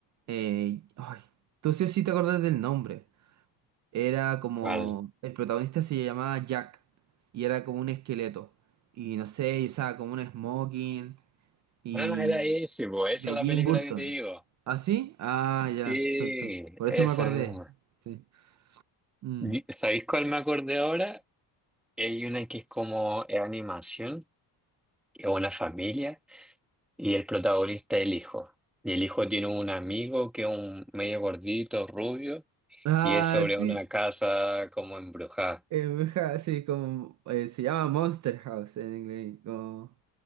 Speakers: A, on the right (about 45°); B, in the centre.
A: eh, ay, tú sí o sí te acordás del nombre. Era como,
B: ¿Cuál?
A: el protagonista se llamaba Jack y era como un esqueleto. Y no sé, y usaba como un smoking y
B: Ah, era ese, po, esa
A: de
B: es la
A: Jim
B: película
A: Burton.
B: que te digo.
A: ¿Ah, sí? Ah, ya,
B: Sí,
A: perfecto. Por
B: esa
A: eso me acordé.
B: misma.
A: Sí. Mm.
B: Y- ¿Sabéis cuál me acordé ahora? Hay una que es como es animación, que es una familia, y el protagonista es el hijo. Y el hijo tiene un amigo que es un medio gordito, rubio,
A: Ah,
B: y es sobre
A: sí.
B: una casa como embrujada.
A: eh, bruja, sí, como eh, se llama Monster House en inglés. Como,